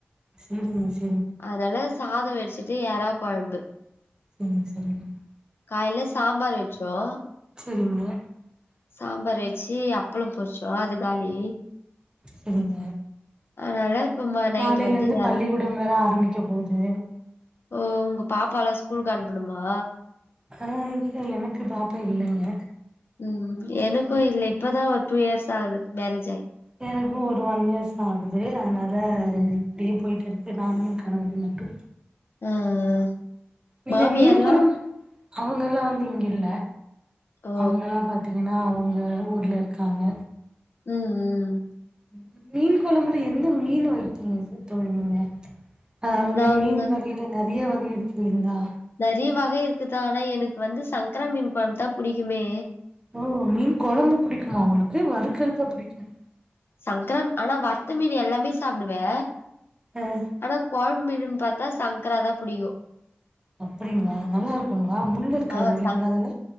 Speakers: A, on the right; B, on the left.
A: செரிங்க ஸ்
B: அதனால சாதம் வெடிச்சிட் டு எறா கொழம்பு
A: சரிங்க சரிங்க
B: காலில சாம்பார் வச்சோம்
A: தெரியுங்க
B: சாம்பார் வச்சு அப்பளம் பொரிச்சோம் அது காலி
A: சரிங்க
B: அதனால இப்ப ம நைட்
A: நாளைலேந்து
B: வந்து
A: பள்ளிக்கூடம்
B: எறா
A: வேற ஆரம்பிக்க போவ்து
B: ஓ உங்க பாப்பாலா ஸ்கூலுக் அனுப்பணுமா
A: ஆ எனக்கு பாப்பா இல்லங்க
B: ம் எனக்கு இல்ல இப்பதா ஒரு டூ இயர்ஸ் ஆகுது மேரேஜ் ஆயி
A: எனக்கு ஒரு ஒன் இயர்ஸ்தா ஆகுது அனால
B: ம்
A: இப்டியே போய்ட்ருக் கு நானும் என் கணவரு மட்டு
B: அ ஆ
A: நீங்க
B: மாமியார்லா
A: மீன் குழம் அவங்கெல்லா வந்து இங்க இல்ல.
B: ஓ!
A: அவங்கலா பாத்தீங்கன்னா அவங் எல்லாரு ஊர்ல இருக்காங்க
B: ம் ம்
A: ம் மீன் குழம்புல எந்த மீன வைத்தீங்க ச <unintelligible> அதாவது
B: நான்
A: மீன் வகைல நெறைய வ நெறயருக்குது இந்தா
B: நறிய வகை இருக்குதா ஆனா எனக்கு வந்து சன்க்ரா மீன் கொழம் தா புடிக்குமே.
A: ஓ மீன் கொழம்பு புடிக்குமா ஒங்களுக் க்கு வறுக்குறக்க பிடிக்கல.
B: சங்கரம் ஆனா வற்த்த மீனு எல்லாமே சாப்புடுவே
A: ஆ
B: ஆனா கொழமு மீன் னு பாத்தா சங்கராதா புடிக்கு.
A: அப்படிங்களா, நல்லா இருக்குங்களா? முள்ளு இருக்காது
B: ஆ
A: இல்லீங்களா
B: சங்
A: அதுல?